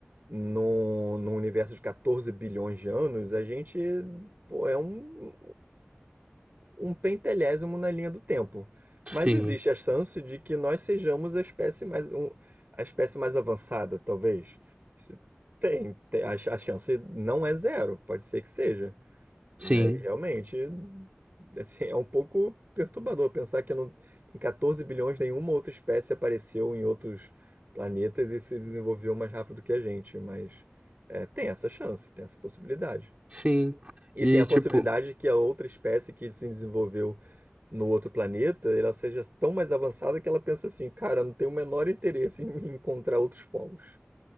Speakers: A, on the right; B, on the right.
A: num, num universo de 14 bilhões de anos, a gente, pô, é um, um pentelésimo na linha do tempo.
B: Sim,
A: Mas existe a chance de que nós sejamos a espécie mais, um, a espécie mais avançada, talvez. Se- Tem, tem a, ch- a chance não é zero, pode ser que seja.
B: sim.
A: E aí, realmente, assim, é um pouco perturbador pensar que não- em 14 bilhões nenhuma outra espécie apareceu em outros planetas e se desenvolveu mais rápido que a gente, mas é, tem essa chance, tem essa possibilidade.
B: Sim,
A: E
B: e
A: tem a possibilidade
B: tipo,
A: que a outra espécie que se desenvolveu no outro planeta, ela seja tão mais avançada que ela pensa assim, cara, não tem o menor interesse em encontrar outros povos.